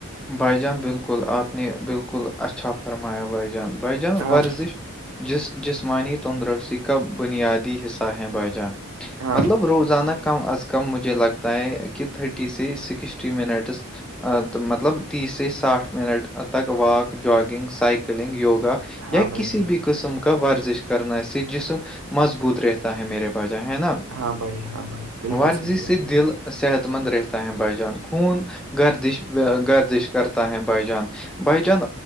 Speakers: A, in the centre; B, on the right (about 80°).
A: بھائی جان بالکل آپ نے بالکل اچھا فرمایا بھائی جان بھائی جان
B: ہاں
A: ورزش
B: بھائی،
A: جس جسمانی تندرستی کا بنیادی حصہ ہیں بائی جان
B: ہاں
A: مطلب
B: بھائی
A: روزانہ کم از کم مجھے لگتا ہے کہ تھرٹی سے سکسٹی منٹس مط مطلب تیس سے ساٹھ منٹ تک واک جاگنگ سائیکلنگ یوگا
B: ہاں
A: یا
B: بھائی
A: کسی
B: جان
A: بھی قسم کا کا ورزش کرنا اسے جسم مضبوط رہتا ہے میرے بھائی جان ہے نا
B: ہاں بھائی ہاں بھائی بالکل
A: ورزش
B: صحیح بات
A: سے دل
B: ہے
A: صحت مند رہتا ہے بھائی جان خون گردش گردش کرتا ہے بھائی جان بھائی جان